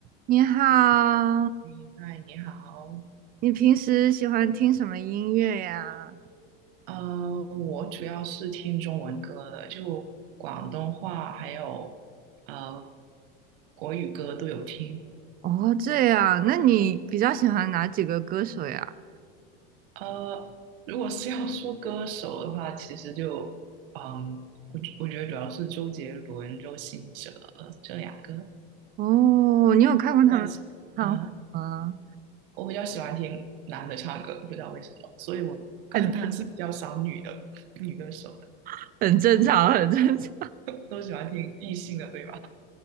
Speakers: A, on the right (about 30°); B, on the right (about 70°).
A: 你好，
B: 你嗨，你好。
A: 你平时喜欢听什么音乐呀？
B: 呃，我主要是听中文歌的，就广东话还有呃国语歌都有听。
A: 哦，这样，那你比较喜欢哪几个歌手呀？
B: 呃，如果是要说歌手的话，其实就嗯，我我觉得主要是周杰伦、周兴哲这两个。
A: 哦，你有看过他们的演唱会吗？
B: 但是啊，我比较喜欢听男的唱歌，不知道为什么，所以我歌单是比较少女的女歌手的，
A: 很 <laughs> 很正常，很正常。
B: 都喜欢听异性的，对吧？